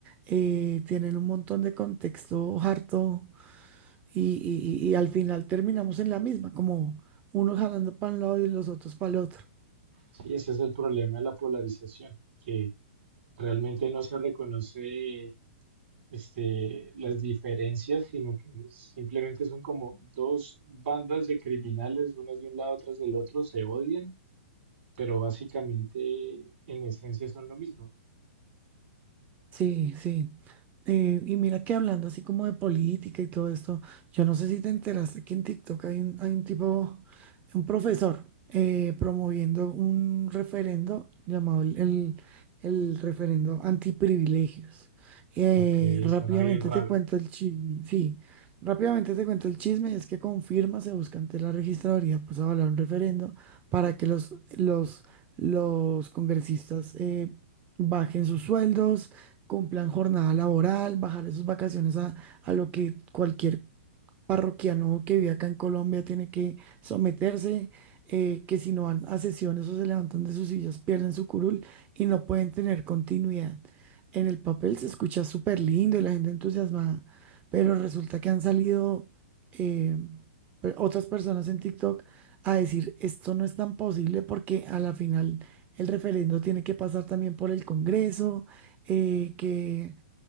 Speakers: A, on the right; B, on the right.
A: eh, tienen un montón de contexto harto y, y- y al final terminamos en la misma, como unos jalando para un lado y los otros para el otro.
B: Sí, ese es el problema de la polarización, que Realmente no se reconoce este, las diferencias, sino que simplemente son como dos bandas de criminales, unas de un lado, otras del otro, se odian, pero básicamente en esencia son lo mismo.
A: Sí, sí. Eh, y mira que hablando así como de política y todo esto, yo no sé si te enteraste que en TikTok hay un, hay un tipo, un profesor, eh, promoviendo un referendo llamado el, el, el referendo antiprivilegios. Eh,
B: Ok,
A: rápidamente
B: suena bien raro,
A: te cuento el chisme, sí, rápidamente te cuento el chisme, es que confirma, se busca ante la registraduría, pues avalar un referendo para que los, los, los congresistas eh, bajen sus sueldos cumplan jornada laboral, bajarle sus vacaciones a, a lo que cualquier parroquiano que vive acá en Colombia tiene que someterse, eh, que si no van a sesiones o se levantan de sus sillas, pierden su curul y no pueden tener continuidad. En el papel se escucha súper lindo y la gente entusiasmada, pero resulta que han salido eh, pe- otras personas en TikTok a decir esto no es tan posible porque a la final el referendo tiene que pasar también por el Congreso, eh, que